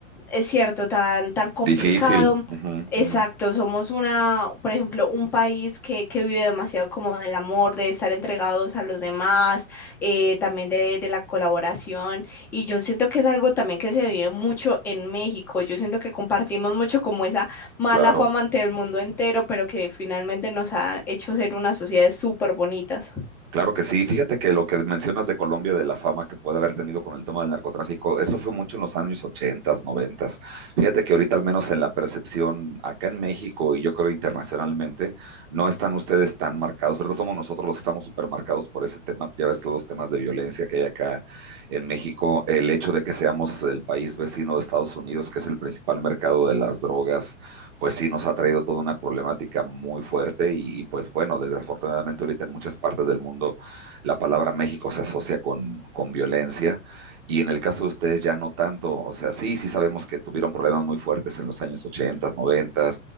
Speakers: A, in the centre; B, on the right.
A: es cierto, tan, tan complicado.
B: Difícil. Ujú,
A: Exacto,
B: ujú,
A: somos una, por ejemplo, un país que, que vive demasiado como del amor, de estar entregados a los demás, eh, también de, de la colaboración. Y yo siento que es algo también que se vive mucho en México. Yo siento que compartimos mucho como esa mala
B: Claro.
A: fama ante el mundo entero, pero que finalmente nos ha hecho ser unas sociedades súper bonitas.
B: Claro que sí. Fíjate que lo que mencionas de Colombia, de la fama que puede haber tenido con el tema del narcotráfico, eso fue mucho en los años 80, 90. Fíjate que ahorita, al menos en la percepción acá en México y yo creo internacionalmente, no están ustedes tan marcados. Ahorita somos nosotros los que estamos supermarcados por ese tema. Ya ves todos los temas de violencia que hay acá en México. El hecho de que seamos el país vecino de Estados Unidos, que es el principal mercado de las drogas, pues sí nos ha traído toda una problemática muy fuerte y, pues bueno, desafortunadamente ahorita en muchas partes del mundo la palabra México se asocia con, con violencia. Y en el caso de ustedes ya no tanto, o sea, sí, sí sabemos que tuvieron problemas muy fuertes en los años 80, 90,